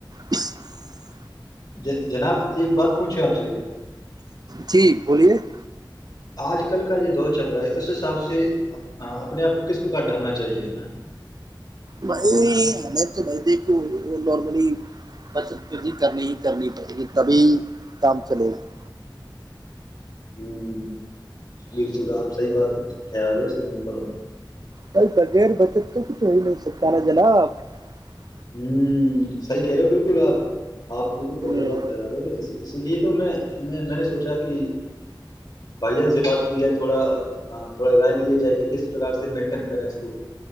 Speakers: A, on the right; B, on the left.
A: <unintelligible>
B: ج جناب ایک بات پوچھو آپ سے <unintelligible>
A: جی بولیے <unintelligible>
B: آج کل کا جو دور چل رہا ہے اس حساب سے اپنے آپ کو کس پرک ڈھالنا چاہیے نا <unintelligible>
A: بھائی ہمیں تو بھائی دیکھو نارملی بچ ک کرنی ہی کرنی پڑے گی تبھی کام چلے گا <unintelligible>
B: ہوں بالکل آپ صحیح بات ٹھہرا رہے ہو سرمب <unintelligible>
A: بھائی بغیر بجٹ کے کچھ نہیں ہو سکتا ہے جناب <unintelligible>
B: ہ صحیح کہہ رہے ہو بالکل آپ آپ بالکل بڑھیا
A: ہوں
B: بات ہرا رہے ہو اسی لیے تو میں میں نے سوچا کہ بھائی جان سے بات کی جائے تھوڑا تھوڑا رائے ل جائے کہ کس پرک سے مینٹین کریں اس کو